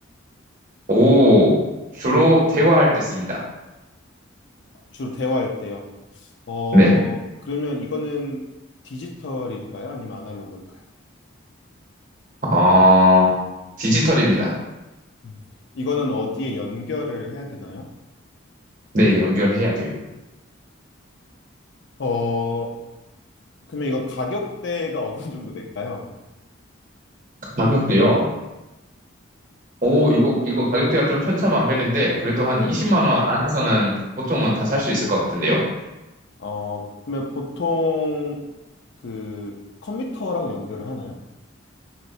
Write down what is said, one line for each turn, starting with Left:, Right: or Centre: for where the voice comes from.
Right: 오, 주로 대화할 때 씁니다.
Left: 주로 대화할 때요. 어,
Right: 네,
Left: 그러면 이거는 디지털일까요? 아니면 아날로그일까요?
Right: 어, 디지털입니다.
Left: 음, 이거는 어디에 연결을 해야 되나요?
Right: 네, 연결해야 돼요.
Left: 어, 그러면 이건 가격대가 <laughs> 어느 정도 될까요?
Right: 가격도요. 오, 이거 이거 가격대가 좀 천차만별인데 그래도 한
Left: 네.
Right: 20만 원 안에서는 보통은 다 살 수 있을 것 같은데요.
Left: 어, 그러면 보통 그 컴퓨터랑 연결을 하나요?